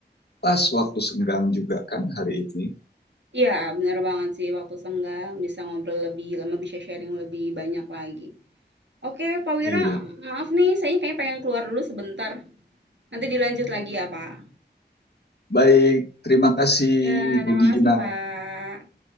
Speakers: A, on the left; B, on the right.
A: pas waktu senggang juga kan hari ini.
B: Iya, bener banget sih, waktu senggang bisa ngobrol lebih lama, bisa sharing lebih banyak lagi. Oke, Pak Wira,
A: Iya.
B: maaf nih, saya kayaknya pengen keluar dulu sebentar. Nanti dilanjut lagi ya, Pak.
A: baik terima kasih
B: Ya, terima
A: bu gina
B: kasih, Pak.